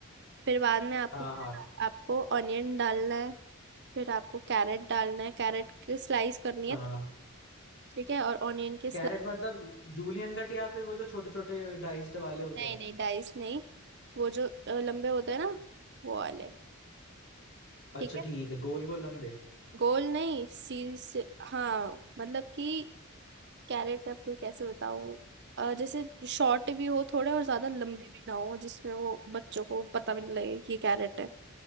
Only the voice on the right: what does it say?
फिर बाद में आपको
आपको ऑनियन डालना है फिर आपको कैरेट डालना है कैरेट की स्लाइस करनी है
ठीक है और ऑनियन के स्लाइस
नहीं
नहीं डाइस नहीं वो जो अ, लंबे होते हैं ना वो वाले ठीक
है
गोल नहीं सी से हाँ मतलब कि कैरेट आपको कैसे बताऊँ अ, जैसे शॉर्ट भी हो थोड़े और ज्यादा लंबे भी ना हो जिसमें वो बच्चों को पता भी नहीं लगे कि ये कैरेट है